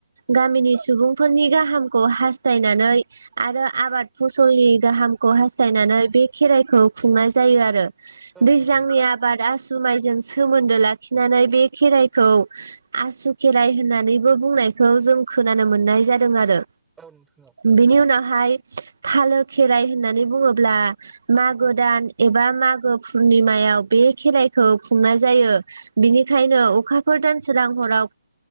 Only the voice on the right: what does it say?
गामिनि सुबुंफोरनि गाहामखौ हास्थायनानै आरो आबाद फसलनि गाहामखौ हासथायनानै बे खेराइखौ खुंनाय जायो आरो दैज्लांनि
आबाद आसु माइजों सोमोनदो लाखिनानै बे खेराइखौ आसु खेराइ होननानैबो बुंनायखौ जों खोनानो मोननाय जादों आरो
बिनि उनावहाय फालो खेराइ होननानै बुङोब्ला मागो दान एबा मागो पुरनिमायाव बे खेराइखौ खुंनाय जायो बिनिखायनो अखाफोर दानसोरां हराव